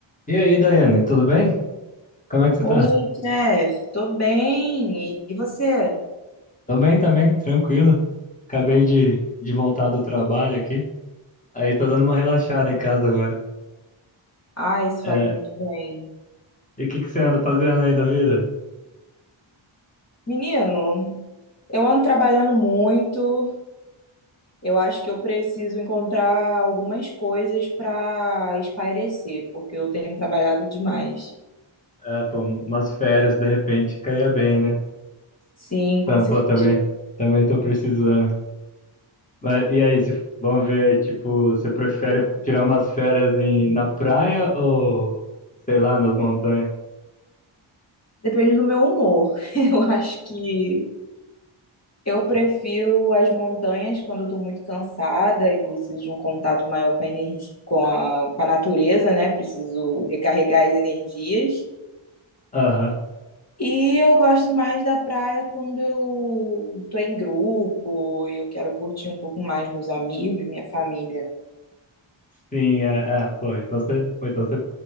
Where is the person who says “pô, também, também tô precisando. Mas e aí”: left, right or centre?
Left